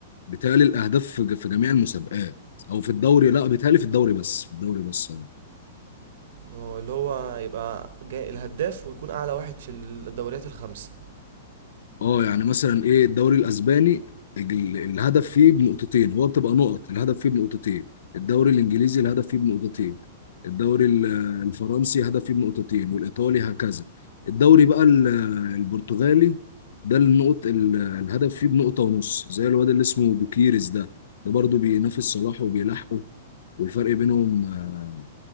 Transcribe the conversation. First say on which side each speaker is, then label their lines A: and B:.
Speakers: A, on the left; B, on the right.
A: بيتهيألي الاهداف في في جميع المسابقات او في الدوري لا بيتهيألي في الدوري بس في الدوري بس يعني.
B: اه اللي هو يبقى جاي الهداف ويكون اعلى واحد في الدوريات الخمسة
A: اه يعني مثلا ايه الدوري الاسباني ال- الهدف فيه بنقطتين هو بتبقى نقط الهدف فيه بنقطتين الدوري الانجليزي الهدف فيه بنقطتين الدوري ال- الفرنسي هدف فيه بنقطتين والايطالي هكذا الدوري بقى ال- البرتغالي ده النقط ال- الهدف فيه بنقطة ونص زي الواد اللي اسمه بوكيريس ده ده برضه بينافس صلاح وبيلاحقه والفرق بينهم آه،